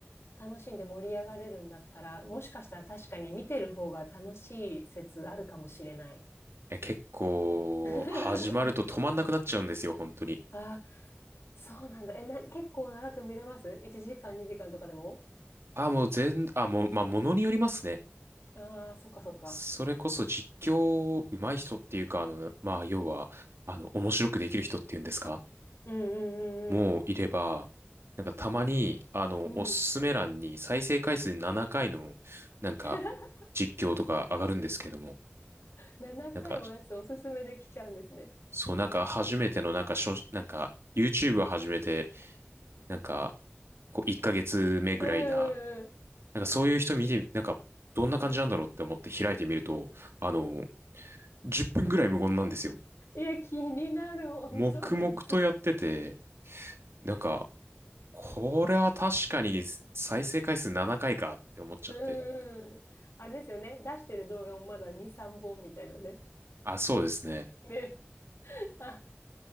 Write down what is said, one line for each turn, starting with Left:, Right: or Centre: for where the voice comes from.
Left: 楽しんで盛り上がれるんだったら、もしかしたら確かに見てる方が楽しい説あるかもしれない。
Right: ー、え、結構、
Left: <laughs>
Right: 始まると止まんなくなっちゃうんですよ、本当に。
Left: あ、そうなんだ。え、な、結構長く見れます ?1 時間、2時間とかでも
Right: あー、もう全、あ、もう、まあ、ものによりますね。
Left: ああー、そっかそっか。
Right: それこそ実況上手い人っていうか、あの、まあ、要は、あの、面白くできる人っていうんですか
Left: うんう
Right: もういれば、
Left: んうん
Right: なんかたまに、あの、
Left: うんうん。
Right: おすすめ欄に再生回数7回の、なんか、
Left: <laughs>
Right: 実況とか上がるんですけども、
Left: 7回のおやつおすすめできちゃうんですね。
Right: なんか、そう、なんか初めての、なんか、しょ、なんか、YouTube を始めて、なんか、こう、1ヶ月目ぐらいな、
Left: うんうんう
Right: なんかそういう人見て、なんか、どんな感じなんだろうって思って開いてみると、あの、10分ぐらい無言なんですよ。
Left: ん。いや、気になる、本当夏。
Right: 黙々とやってて、なんか、これは確かに再生回数7回かいかって思っちゃって。
Left: うんうん。あれですよね。出してる動画もまだ2、3本みたいなね。
Right: あ、そうですね。
Left: ね。<laughs> あ、